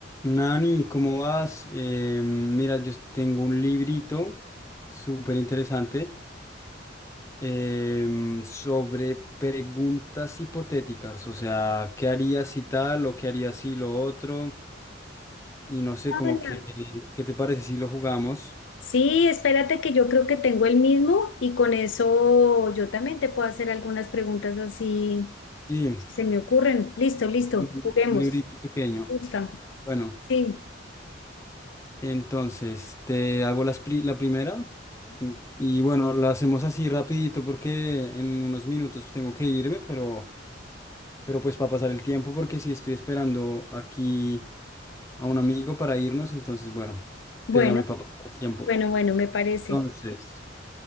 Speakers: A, on the left; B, on the left.
A: Nani, ¿cómo vas? Eh, mira, yo tengo un librito súper interesante em, sobre preguntas hipotéticas, o sea, ¿qué harías si tal o qué harías si lo otro? Y no sé,
B: Hola.
A: como que, ¿qué te parece si lo jugamos?
B: Sí, espérate que yo creo que tengo el mismo y con eso yo también te puedo hacer algunas preguntas así
A: Sí,
B: si se me ocurren. Listo, listo,
A: es un
B: juguemos.
A: librito pequeño.
B: Gusta.
A: Bueno,
B: Sí,
A: entonces te hago las pri- la primera mm, y bueno, la hacemos así rapidito porque en unos minutos tengo que irme, pero... Pero pues para pasar el tiempo, porque si estoy esperando aquí a un amigo para irnos, entonces bueno,
B: bueno,
A: te llamé para pasar el tiempo.
B: bueno, bueno, me parece.
A: Entonces,